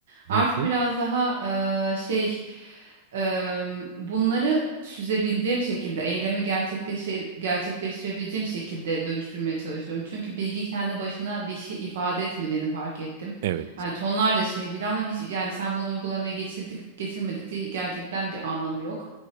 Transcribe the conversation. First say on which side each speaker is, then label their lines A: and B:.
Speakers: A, on the right (about 85°); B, on the right (about 60°).
A: Artık
B: Hı hı.
A: biraz daha eee, şey eee, bunları süzebildiğim şekilde, eylemi gerçekleşe, gerçekleştirebileceğim şekilde dönüştürmeye çalışıyorum. Çünkü bilgi kendi başına bir şey ifade etmediğini fark ettim.
B: Evet.
A: Yani tonlarca şey bile ama hiç yani sen bunu uygulamaya geçirdik getirmedik diye gerçekten bir anlamı yok.